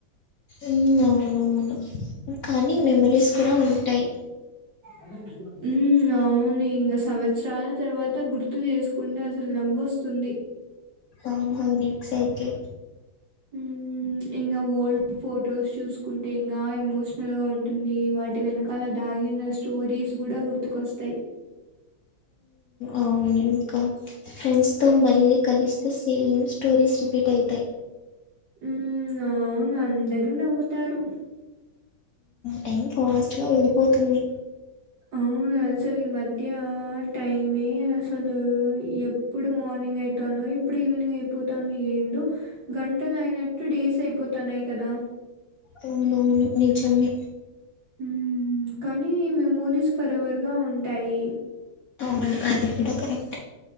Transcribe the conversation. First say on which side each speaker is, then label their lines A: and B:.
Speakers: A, on the left (about 60°); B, on the right (about 65°).
A: ఉహ్ అవునవును కానీ మెమరీస్ కూడా ఉంటాయ్
B: అరవు ఉమ్ అవ్ను ఇంగ సంవత్సరాల తర్వాత గుర్తు జేస్కుంటే అసలు నవ్వొస్తుంది
A: అవ్ను హవ్ను ఎక్సైతే
B: మ్మ్ ఇంగ ఓల్డ్ ఫొటోస్ చూస్కుంటే ఇంగా ఎమోషనల్గా ఉంటుంది వాటి వెనక దాగిన స్టోరీస్ కూడా గుర్తుకొస్తాయ్
A: అవ్నింకా ఫ్రెండ్స్తో మళ్ళీ కలిస్తే సేమ్ స్టోరీస్ రిపీటైతే
B: మ్మ్ అవ్ను అందరూ నవ్వుతారు
A: టైం ఫాస్ట్గా వెళ్ళిపోతుంది
B: అవ్ను అసలు ఈ మధ్యా టైమే అసలూ ఇప్పుడు మార్నింగైతాందో ఇప్పుడు ఈవినింగ్ అయిపోతాందో ఏందో గంటలు అయినట్టు డేస్ అయిపోతాన్నాయ్ కదా
A: అవ్నువ్ను నిజమే
B: ఉమ్ కానీ మెమోరిస్ ఫరెవర్గా ఉంటాయి
A: అవును అది కూడా కరెక్ట్